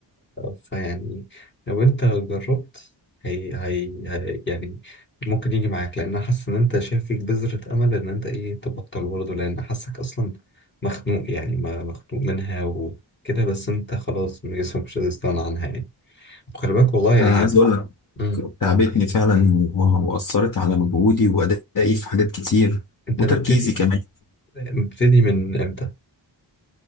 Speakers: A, on the left; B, on the left.
A: فيعني لو انت جربت هي... هي... هي يعني ممكن يجي معاك لان انا حاسس ان انت شايف فيك بذرة امل ان انت ايه تبطل برضه لان حاسك اصلا مخنوق يعني ما مخنوق منها وكده بس انت خلاص جسمك مش قادر يستغنى عنها يعني خلي بالك والله يعني
B: أنا
A: هي
B: عايز أقول لك
A: مم.
B: تعبتني فعلا و- وأثرت على مجهودي وأدائي في حاجات كتير
A: انت
B: وتركيزي
A: مبتدي
B: كمان
A: مبتدي من امتى